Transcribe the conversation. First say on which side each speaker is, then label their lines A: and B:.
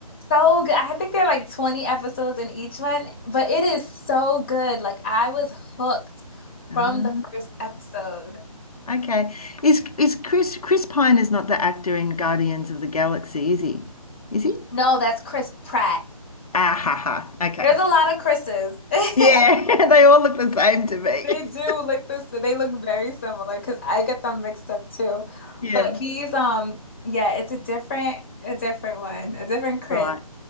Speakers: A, on the left; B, on the left.
A: so good. I think there are like 20 episodes in each one, but it is so good. Like I was hooked
B: <laughs> Ah.
A: from the first episode.
B: Okay. Is is Chris Chris Pine is not the actor in Guardians of the Galaxy, is he? Is he?
A: No, that's Chris Pratt.
B: Ah ha ha. Okay.
A: There's a lot of Chris's. <laughs>
B: Yeah, <laughs> they all look the same to me.
A: They do
B: <laughs>
A: look this, they look very similar because I get them mixed up too.
B: Yeah.
A: But he's um yeah, it's a different a different one, a different Chris.
B: Right.